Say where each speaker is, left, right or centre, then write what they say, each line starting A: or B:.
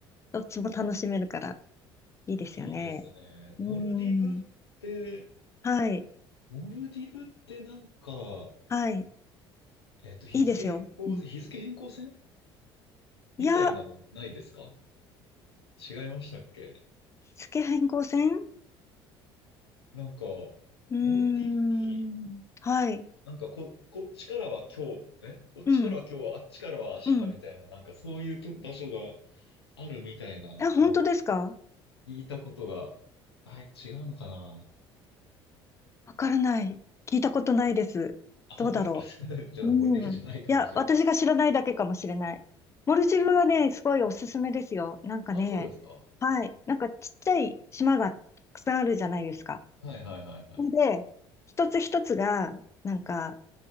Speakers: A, on the left; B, on the left.
A: どっちも楽しめるからいいですよね。
B: いいですね。モルディブって、
A: うん。はい。
B: モルディブってなんか、
A: はい。
B: えっと、日付変更、
A: いいですよ。うん
B: 日付変更線みたいなのないですか
A: いや、
B: 違いましたっけ
A: 付け変更線う
B: なんか、モルディブに、
A: ーん。はい。
B: なんかこ、こっちからは今日、えこっちからは今日、
A: うん。
B: あっちからは明日みたいな、
A: うん。
B: なんかそういうと場所があるみたいなのを
A: あ、本当ですか
B: 聞いたことが、あ、違うのかな
A: わからない。聞いたことないです。
B: あ、本当ですか
A: どうだろ
B: <laughs> じゃあ、
A: う。
B: モルディブじゃないかもしれない。
A: うん。いや、私が知らないだけかもしれない。モルジブはね、すごいおすすめですよ。なんかね、
B: あ、そうですかは
A: はい。なんかちっちゃい島がたくさんあるじゃないですか。
B: いはいはいはい。
A: それで、一つ一つが、なんか、